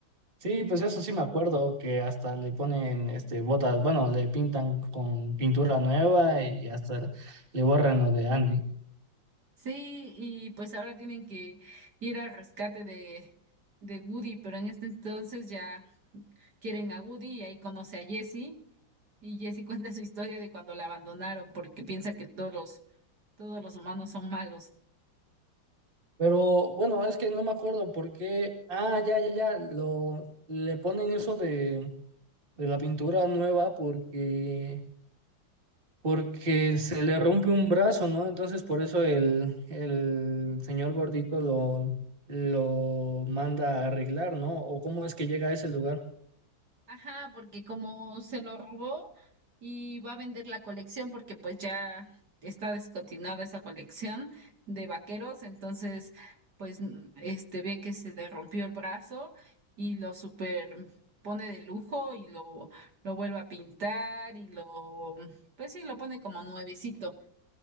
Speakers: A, on the right (about 25°); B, on the right (about 55°).
A: sí, pues eso sí me acuerdo que hasta le ponen este botas, bueno, le pintan con pintura nueva y hasta le borran lo de Andy.
B: Sí, y pues ahora tienen que ir al rescate de, de Woody, pero en este entonces ya quieren a Woody y ahí conoce a Jesse. Y Jesse <laughs> cuenta su historia de cuando la abandonaron porque piensa que todos los, todos los humanos son malos.
A: Pero bueno, es que no me acuerdo por qué. Ah, ya, ya, ya, lo le ponen eso de de la pintura nueva porque porque se le rompe un brazo, ¿no? Entonces por eso el, el señor gordito lo, lo manda a arreglar, ¿no? ¿O cómo es que llega a ese lugar?
B: Ajá, porque como se lo robó y va a vender la colección porque pues ya está descontinuada esa colección de vaqueros, entonces pues mm, este ve que se le rompió el brazo y lo super pone de lujo y lo lo vuelve a pintar y lo pues sí lo pone como nuevecito.